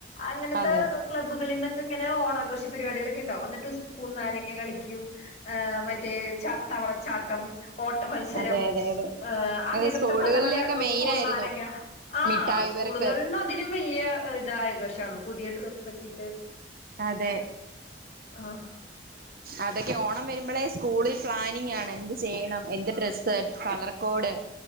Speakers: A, on the left; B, on the right.
A: അങ്ങനത്തെ
B: അതെ
A: ക്ലബ്ബുകളീന്ന് ഒക്കെ ഇങ്ങനെ ഓണാഘോഷ പരിപാടികളൊക്കെ ഇണ്ടാവും എന്നിട്ട് സ്പൂൺ നാരങ്ങ കളിക്കും ഏഹ് മറ്റേ ചാ തവളച്ചാട്ടം ഓട്ട മത്സരം.
B: അതെ അതെ അതെ
A: ഏഹ് അങ്ങനത്തെ
B: അതെ സ്കൂളുകളിലൊക്കെ
A: പല പല ഉസ്പൂൺ
B: മെയിൻ ആയിരുന്നു
A: നാരെങ്ങ. ആഹ്
B: മിഠായി
A: സ്കൂളുകളിൽ
B: പെറക്ക്
A: അതിലും വല്ല്യ ഇതായ ആഘോഷാണ് പുതിയ ഡ്രസ്സ് ഒക്കെ ഇട്ട്.
B: അതെ
A: ആഹ്
B: അതോക്കെ ഓണം വെരുമ്പള െ സ്കൂളിൽ പ്ലാനിങ്ങാണ് എന്ത് ചെയ്യണം എന്ത് ഡ്രസ്സ് കളർ കോഡ്.